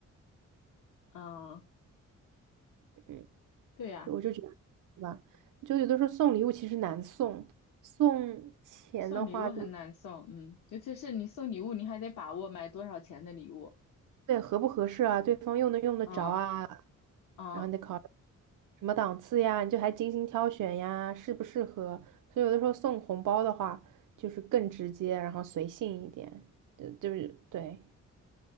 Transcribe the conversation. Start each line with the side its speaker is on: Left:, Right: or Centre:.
Left: 啊，
Right: <laughs> 嗯，
Left: 对呀、
Right: 就我就觉得，对吧？就有的时候送礼物其实难送，送钱的话就
Left: 送礼物很难送，嗯，尤其是你送礼物，你还得把握买多少钱的礼物，
Right: 对合不合适啊，对方用能用得着啊，
Left: 嗯嗯
Right: 然后你得考虑什么档次呀，你就还精心挑选呀，适不适合？所以有的时候送红包的话，就是更直接，然后随性一点，对，就是对，